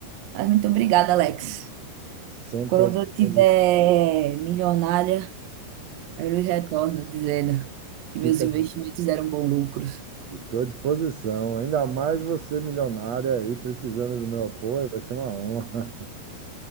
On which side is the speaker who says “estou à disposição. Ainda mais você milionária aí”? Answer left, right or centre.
Right